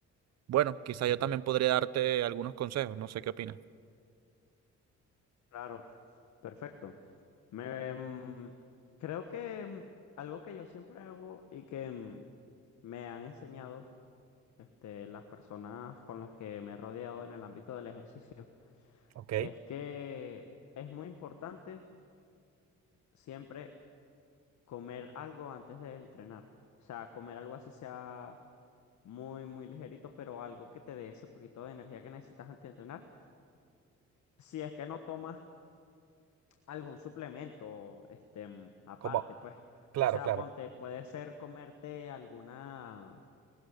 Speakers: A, on the right; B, on the left.
A: bueno, quizá yo también podría darte algunos consejos, no sé qué opinas.
B: Claro, f- perfecto. Me, mm, creo que mm, algo que yo siempre hago y que mm, me han enseñado este, las personas con las que me he rodeado en el ámbito del ejercicio
A: Ok,
B: es que es muy importante siempre comer algo antes de entrenar. O sea, comer algo así sea muy, muy ligerito, pero algo que te dé ese poquito de energía que necesitas antes de entrenar. Si es que no tomas algún suplemento, este, mm, aparte,
A: como,
B: pues.
A: claro,
B: O sea,
A: claro.
B: ponte, puede ser comerte alguna